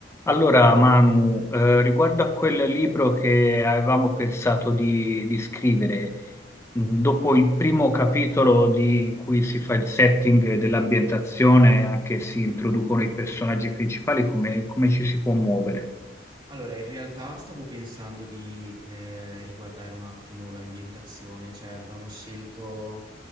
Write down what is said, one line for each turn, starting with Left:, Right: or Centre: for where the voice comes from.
Left: Allora, Manu, eh, riguardo a quel libro che avevamo pensato di, di scrivere, mh, dopo il primo capitolo di- in cui si fa il setting dell'ambientazione, anche si introducono i personaggi principali, come, come ci si può muovere?
Right: Allora, in realtà stavo pensando di eh, riguardare un attimo l'ambientazione, cioè avevamo scelto